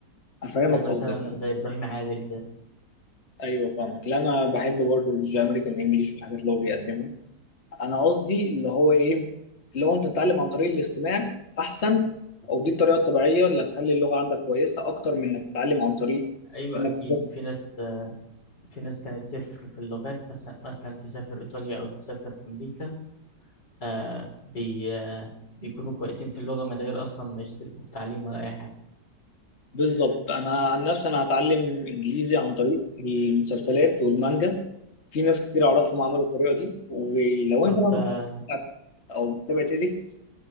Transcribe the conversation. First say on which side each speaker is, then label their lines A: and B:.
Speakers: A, on the left; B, on the left.
A: أفهمك
B: زي مثلا
A: قصدي أفهمك.
B: زي إبراهيم عادل كده
A: ايوه فاهمك لا انا بحب برضه الجي امريكان انجلش والحاجات اللي هو بيقدمها انا قصدي اللي هو ايه اللي هو انت تتعلم عن طريق الاستماع احسن او دي الطريقه الطبيعيه اللي هتخلي اللغه عندك كويسه اكتر من انك تتعلم عن طريق
B: أيوة
A: انك
B: أكيد
A: تذاكر
B: في ناس آه، في ناس كانت صفر في اللغات مثلا مثلا تسافر إيطاليا أو تسافر أمريكا آه، بي آه، بيكونوا كويسين في اللغة من غير أصلا ما يشتركوا في تعليم ولا أي حاجة
A: بالظبط انا عن نفسي انا هتعلم انجليزي عن طريق المسلسلات والمانجا في ناس كتير اعرفهم عملوا الطريقه دي ولو
B: طب
A: انت
B: آه،
A: بتتابع او بتتابع تيدكس